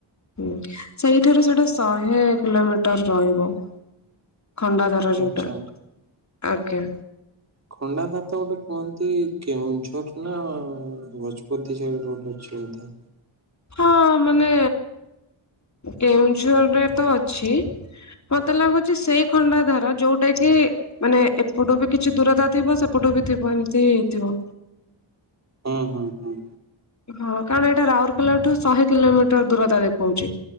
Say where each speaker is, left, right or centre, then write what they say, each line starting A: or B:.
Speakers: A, on the left; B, on the right.
A: ହୁଁ ସେଇଠାରୁ ସେଇଟା ଶହେ କିଲୋମିଟର ରହିବ। ଖଣ୍ଡାଧର ଯଉଟା
B: ଆଚ୍ଛା
A: ଆଜ୍ଞା।
B: ଖଣ୍ଡାଧର ତ ଗୋଟେ କୁହନ୍ତି କେଉଁଝର ନା ଗଜପତି ଯାଏଁ ଗୋଟେ ଥାଏ।
A: ହଁ ମାନେ କେଉଁଝରରେ ତ ଅଛି। ମତେ ଲାଗୁଛି ସେଇ ଖଣ୍ଡା ଧାର ଯୋଉଟା କି ମାନେ ଏପଟୁ ବି କିଛି ଦୂରତା ଥିବ ସେପଟୁ ବି ଥିବ ଏମିତି ହିଁ ହେଇଥିବ।
B: ହଁ ହଁ ହଁ।
A: ହଁ କାରଣ ଏଇଟା ରାଉରକେଲାଠୁ ଶହେ କିଲୋମିଟର ଦୂରତା ଦେଖଉଛି।